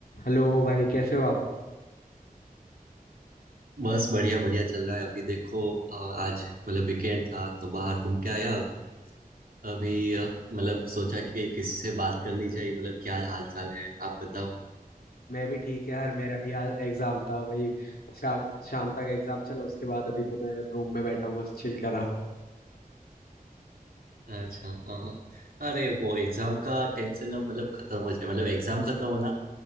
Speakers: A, on the left; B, on the right.
A: Hello भाई कैसे हो आप
B: बस बढ़िया बढ़िया चल रहा है अभी देखो अ, आज मतलब वीकेंड था तो बाहर घूम के आया अभी अभी अ, मतलब सोचा कि किसी से बात कर ली जाए मतलब क्या हाल चाल है आप बताओ
A: मैं भी ठीक यार मेरा भी यार एग्जाम था वही शाम शाम तक एग्जाम चला उसके बाद अभी तो मैं रूम में बैठा हूँ बस चिल कर रहा हूँ
B: अच्छा हाँ हाँ। अरे वो एग्जाम का टेंशन अब मतलब खत्म हो जाए मतलब एग्जाम खत्म होना